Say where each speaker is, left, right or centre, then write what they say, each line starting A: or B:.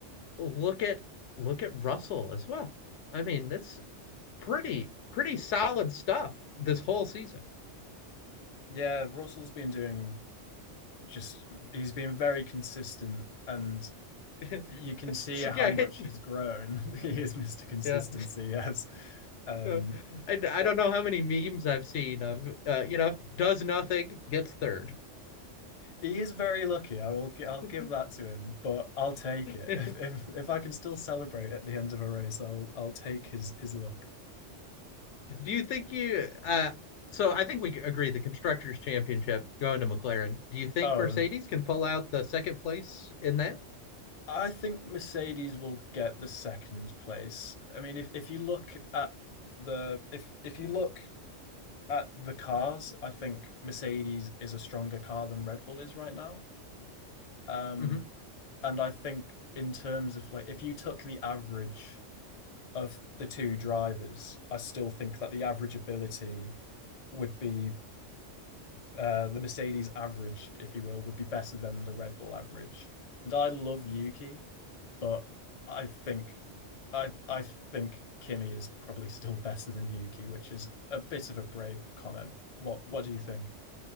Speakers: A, on the left; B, on the left.
A: look at look at Russell as well. I mean, that's pretty pretty solid stuff this whole season.
B: Yeah, Russell's been doing just he's been very consistent, and
A: <laughs>
B: you can see how
A: Yeah,
B: much
A: hit
B: he's grown. <laughs> He is Mr. Consistency,
A: yeah.
B: yes. Um,
A: Yeah. I, I
B: but
A: don't know how many memes I've seen of uh, you know does nothing gets third.
B: He is very lucky. I will. gi- I'll
A: <laughs>
B: give that to him, but I'll take it.
A: Do
B: <laughs> If if if I can still celebrate at the end of a race, I'll I'll take his his luck.
A: you think you uh so I think we agree the constructors championship going to McLaren. Do you think
B: Oh,
A: Mercedes can pull out the second place in that?
B: I think Mercedes will get the second place. I mean, if if you look at the if if you look at the cars, I think Mercedes is a stronger car than Red Bull is right now. Um,
A: hmm
B: and I think in terms of like if you took the average. of the two drivers, I still think that the average ability would be uh, the Mercedes average, if you will, would be better than the Red Bull average. And I love Yuki, but I think I I think Kimi is probably still better than Yuki, which is a bit of a brave comment. What what do you think?